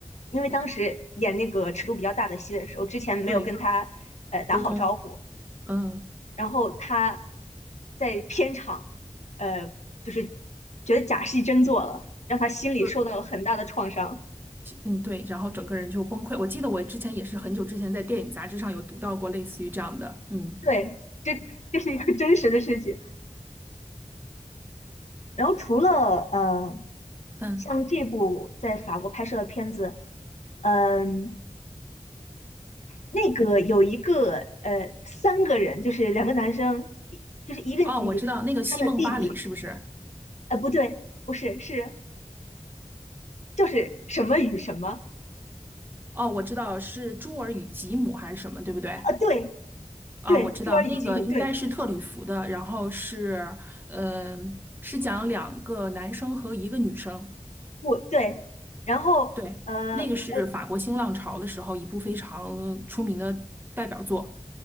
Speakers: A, on the left; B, on the right.
A: 因为当时演那个尺度比较大的戏的时候，之前没有跟她呃打好招呼，
B: 对，沟通，嗯。
A: 然后她在片场呃就是觉得假戏真做了，让她心里受到了很大的创伤。
B: 就嗯，对，然后整个人就崩溃。我记得我之前也是很久之前在电影杂志上有读到过类似于这样的，嗯
A: 对，这这是一个真实的事情。然后除了呃
B: 嗯，
A: 像这部在法国拍摄的片子，嗯、那个有一个呃三个人，就是两个男生，一就是一个女生，
B: 哦，我知道那个《戏梦巴黎》是不是？
A: 她的弟弟，呃不对，不是是就是什么与什么
B: 哦，我知道是朱尔与吉姆还是什么，对不对？
A: 啊？对
B: 啊，
A: 对，
B: 我知道那个应该是特吕弗的，
A: 朱尔与吉姆，对
B: 然后是，呃，是讲两个男生和一个女生，
A: 我对，然后呃我
B: 对，那个是法国新浪潮的时候一部非常出名的代表作，